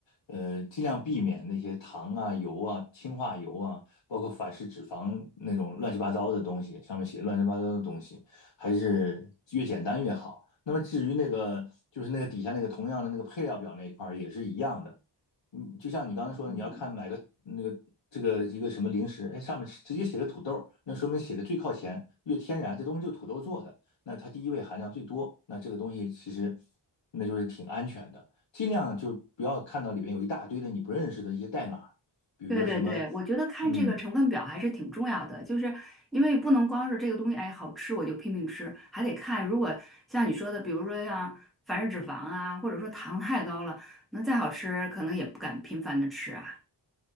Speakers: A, on the left (about 70°); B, in the centre.
A: 呃，尽量避免那些糖啊、油啊、氢化油啊，包括反式脂肪那种乱七八糟的东西，上面写乱七八糟的东西，还是越简单越好。那么至于那个就是那个底下那个同样的那个配料表那一块儿也是一样的。嗯，就像你刚才说的，
B: 嗯。
A: 你要看买个那个这个一个什么零食，哎，上面直接写个土豆那说明写的最靠前，越天然，这东西就土豆做的，那它第一位含量最多，那这个东西其实那就是挺安全的，尽量就不要看到里边有一大堆的你不认识的一些代码，比如说什么，
B: 对对对，我觉得看这个成分表还是挺重要的，
A: 嗯，
B: 就是因为不能光是这个东西，哎，好吃我就拼命吃，还得看如果像你说的，比如说像反式脂肪啊，或者说糖太高了，那再好吃可能也不敢频繁的吃啊。